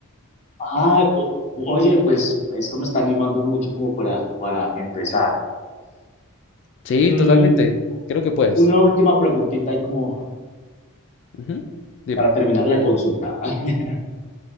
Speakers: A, on the left; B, on the left.
A: Ah, o- oye, pues esto me está animando mucho como para, para empezar.
B: Sí,
A: Mm,
B: totalmente. Creo que puedes.
A: una última preguntita y como
B: Ujú. Dime.
A: para terminar la consulta. <laughs>